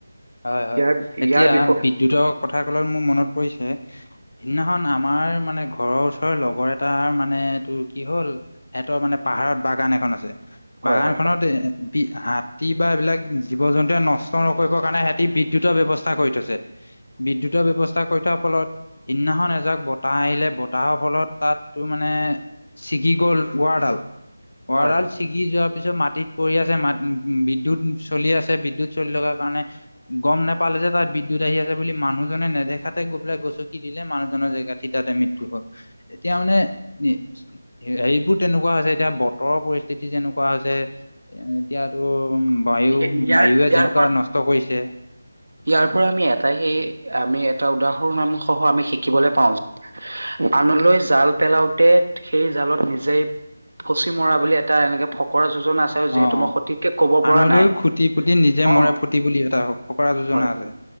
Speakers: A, on the left (about 70°); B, on the right (about 85°).
A: হয় হয়
B: ইয়াৰ
A: এতিয়া
B: ইয়াৰ বিপ
A: বিদ্যুতৰ কথা কলত মোৰ মনত পৰিছে সিদিখন আমাৰ মানে ঘৰৰ ওচৰৰ লগৰ এটাৰ মানে তোৰ কি হ'ল সিহঁতৰ মানে পাহাৰত বাগা ন এখন আছে।
B: হয়
A: বাগান
B: হয়
A: খনত এ বি হাতী বা এইবিলাক জীৱ জন্তুৱে নষ্ট নকৰিবৰ কাৰণে সেত তি বিদ্যুতৰ ব্যৱস্থা কৰি থৈছে। বিদ্যুতৰ ব্যৱস্থা কৰি থোৱাৰ ফলত সেইদিনাখন এজাক বতাহ আহিলে বতাহৰ ফলত তাত তোৰ মানে ছিগি গ'ল ৱাৰডাল ৱাৰডাল
B: হয় হয়
A: ছিগি যোৱাৰ পিছত মাটিত পৰি আছে মাত উ উ বিদ্যুত চলি আছে বিদ্যুত চলি থকাৰ কাৰণে গম নাপালে যে তাত বিদ্যুত আহি আছে বুলি মানুহজনে নেদেখাতে গ পেলাই গচকি দিলে মানুহজনৰ জেগাত ঠিতাত মৃত্যু হ'ল। এতিয়া মানে নি হেৰিবোৰ তেনেকুৱা হৈছে এতিয়া বতৰৰ পৰিস্থিতি যেনেকুৱা হৈছে এতিয়াতো বায়ু
B: ইয়াৰ
A: বায়ুে
B: ইয়াৰ
A: যেনেকুৱা
B: পৰা
A: নষ্ট কৰিছে।
B: ইয়াৰ পৰা আমি এটাই সেই আমি এটা উদাহৰণসহ আমি শিকিবলৈ পাওঁ আনলৈ জাল পেলাও তে সেই জালত নিজেই ফচি মৰা বুলি এট টা এনেকে ফকৰা যোজনা আছে
A: অ
B: যিহেতু মই সঠিককে ক'ব
A: আনলৈ
B: পৰা নাই।
A: খুটি পুটি নিজে
B: অ
A: মৰে ফুটি বুলি এটা ফকৰা যোজনা
B: হয়
A: আছে
B: হয়